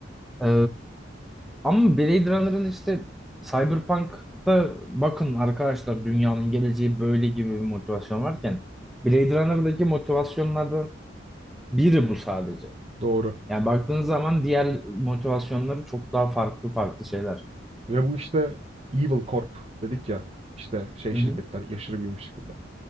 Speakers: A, in the centre; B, on the right (about 30°).
A: E, Ama Blade Runner'ın işte Cyberpunk'ta bakın arkadaşlar dünyanın geleceği böyle gibi bir motivasyon varken Blade Runner'daki motivasyonlardan biri bu sadece.
B: Doğru.
A: Yani baktığınız zaman diğer motivasyonları çok daha farklı farklı şeyler.
B: Ve bu işte Evil Corp dedik ya işte şey
A: Hı
B: şirketler
A: hı.
B: aşırı büyümüş şirketler.